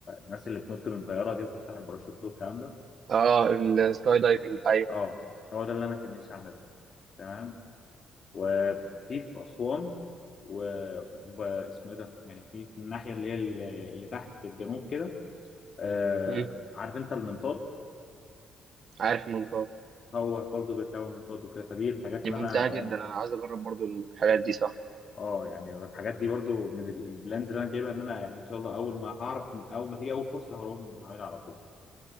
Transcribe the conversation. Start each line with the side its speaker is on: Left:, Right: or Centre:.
Left: الناس اللي بتنط من طياره دي وتفتح الباراشوت والكلام ده
Right: اه السكاي دايفنج ايوه
Left: اه هو ده اللي انا كان نفسي اعمله تمام وفي في اسوان و... واسمه ايه ده يعني في من الناحيه اللي هي اللي اللي تحت بالجنوب كده آه...
Right: مم.
Left: عارف انت المنطاد
Right: عارف المنطقه
Left: هو برضه بيركبوا منطاد وكده فدي الحاجات
Right: دي
Left: اللي
Right: ممتعه
Left: انا
Right: جدا
Left: يعني
Right: انا عايز اجرب برضو الحاجات دي صح
Left: اه يعني الحاجات دي برضو من البلانز اللي انا جايبها ان انا يعني ان شاء الله اول ما هعرف اول ما تيجي اول فرصه هقوم عاملها على طول